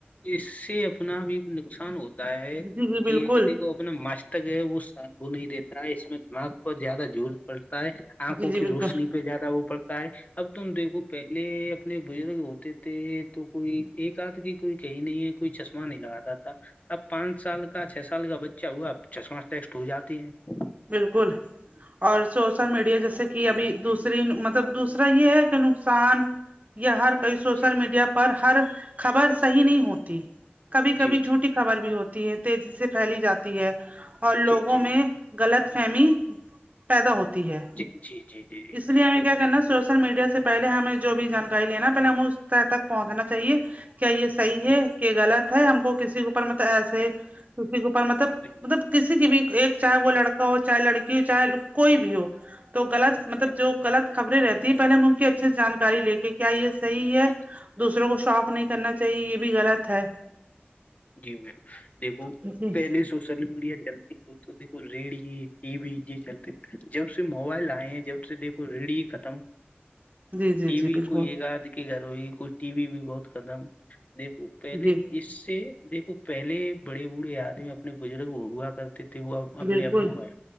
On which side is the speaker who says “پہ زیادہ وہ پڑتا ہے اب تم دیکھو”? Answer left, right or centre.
Left